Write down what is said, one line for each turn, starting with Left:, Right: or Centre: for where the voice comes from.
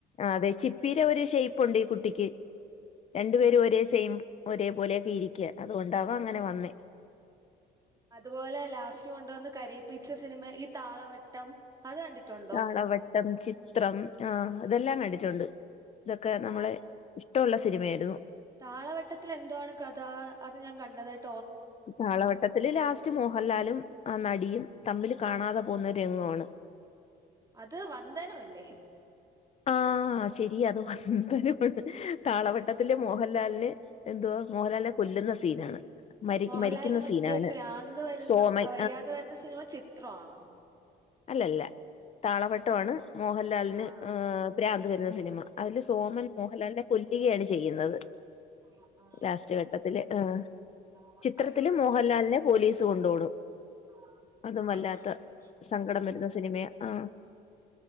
Left: ആ അതെ ചിപ്പീടെ ഒരു ഷേപ്പ് ഉണ്ട് ഈ കുട്ടിക്ക് രണ്ടു പേരും ഒരേ സെയിം ഒരേ പോലെയൊക്കെ ഇരിക്യ അതുകൊണ്ടാവും അങ്ങനെ വന്നേ
Right: അതുപോലെ ലാസ്റ്റ് കൊണ്ടുവന്ന് കരയിപ്പി ച്ച സിനിമ ഈ താളവട്ടം അത് കണ്ടിട്ടുണ്ടോ?
Left: താളവട്ടം ചിത്രം ആഹ ഇത് എല്ലാം കണ്ടി ട്ടുണ്ട് ഇതൊക്കെ
Right: താ
Left: നമ്മളെ ഷ്ട്ടോള്ള സിനിമയായിരുന്നു
Right: താളവട്ടത്തിൽ എന്തുവാണ് കഥ അത് ഞാൻ കണ്ടതായി
Left: താളവട്ടത്തില് ലാസ്റ്റ് മോഹൻലാലും ആ നടിയും തമ്മിൽ കാണാതെ പോകുന്ന ഒരു രംങ്കോണ്
Right: അത് വന്തനോ അല്ലേ
Left: ആആ ശെരിയാ അത് വന്തനം ആണ് താളവട്ടത്തിൽ മോഹൻലാ മോഹൻലാലിൻ എന്തുവാ മോഹൻലാലിനെ കൊല്ലുന്ന സീനാണ് മരി
Right: മോഹൻലാലിന്
Left: മരിക്കുന്ന
Right: മറ്റേ
Left: സീനാണ്
Right: പ്രാന്ത് വരുന്ന
Left: സോമൻ
Right: അ വയ്യാതെ വരുന്ന സിനിമ ചിത്രം ആണ്
Left: അല്ല അല്ല താളവട്ടആണ് മോഹൻലാലിന്
Right: ആഹ്
Left: ആ ഭ്രാന്ത് വരുന്ന സിനിമ അതില് സോമൻ മോഹൻലാലിനെ കൊല്ലുകയാണ് ചെയ്യുന്നത്
Right: ആഹ് ആഹ്
Left: ലാസ്റ്റ് ഘട്ടത്തില് അ
Right: ആഹ്
Left: ചിത്രത്തില്
Right: അതോ
Left: മോഹൻലാലിനെ പോലീസ് കൊണ്ടോണ്
Right: ആഹ്
Left: അതുംവല്ലാത്ത
Right: ആഹ് ഓർമ്മയുണ്ട്.
Left: സങ്കടം വരുന്ന സിനിമയാ അ